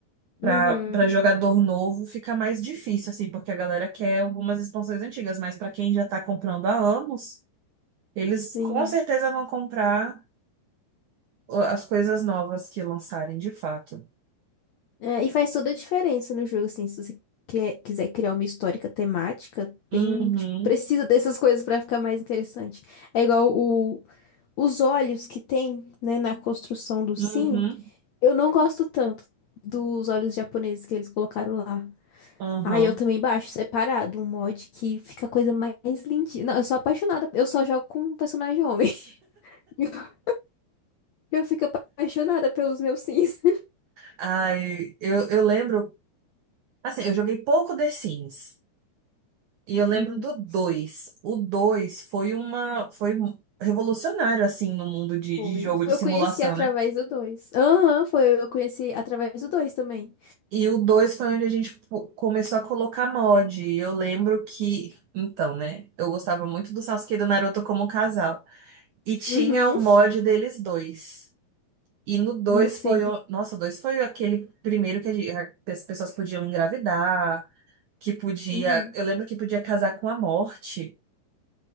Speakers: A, on the right; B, on the left.
A: Pra,
B: Uhum.
A: pra jogador novo fica mais difícil, assim, porque a galera quer algumas expansões antigas, mas pra quem já tá comprando há anos, eles
B: Sim.
A: com certeza vão comprar. as coisas novas que lançarem de fato.
B: É, e faz toda a diferença no jogo, assim, se você quer- quiser criar uma histórica temática, tem,
A: Uhum,
B: tipo, precisa dessas coisas pra ficar mais interessante. É igual o, os olhos que tem, né, na construção do Sim,
A: uhum,
B: eu não gosto tanto dos olhos japoneses que eles colocaram lá.
A: uhum.
B: Ah, eu também baixo separado, um mod que fica a coisa mais lindinha. Não, eu sou apaixonada, eu só jogo com personagem homem. <laughs> Eu fico apaixonada pelos meus Sims.
A: Ai, eu, eu lembro, assim, eu joguei pouco The Sims, e eu lembro
B: <laughs>
A: do 2. O 2 foi uma, foi um- revolucionário, assim, no mundo de,
B: Foi.
A: de jogo
B: Foi-
A: de simulação,
B: Eu conheci através
A: né?
B: do dois. Aham, foi. Eu conheci através do dois também.
A: E o 2 foi onde a gente po- começou a colocar mod, e eu lembro que, então, né, eu gostava muito do Sasuke e do Naruto como casal, e tinha
B: Uhum.
A: o mod deles dois. E no dois
B: Hum, Sim.
A: foi. o- Nossa, o 2 foi aquele primeiro que a gente- a- que as pessoas podiam engravidar, que podia.
B: Uhum.
A: Eu lembro que podia casar com a morte,